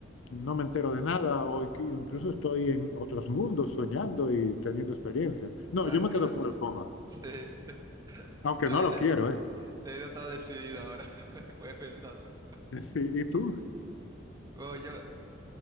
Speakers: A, on the left; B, on the right.
A: no me entero de nada o inc- incluso estoy en otros mundos soñando y teniendo experiencias. No,
B: claro,
A: yo
B: es
A: me
B: que
A: quedo con el coma,
B: Sí. <laughs>
A: aunque
B: Vale,
A: no lo
B: te,
A: quiero, ¿eh?
B: te he notado decidido ahora. <laughs> Puedes pensarlo.
A: <laughs> Sí, ¿y tú?
B: Bueno, yo,